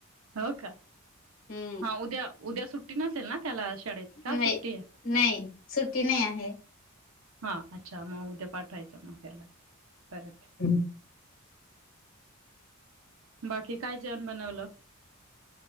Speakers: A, on the right (about 80°); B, on the left (about 70°).
A: हो का
B: हम्म.
A: हा उद्या उद्या सुट्टी नसेल ना त्याला शाळेत का
B: नाही
A: सुट्टी आहे.
B: नाही सुट्टी नाही आहे.
A: हां अच्छा मग उद्या पाठवायचं मग त्याला परत.
B: <inaudible>
A: बाकी काय जेवण बनवलं.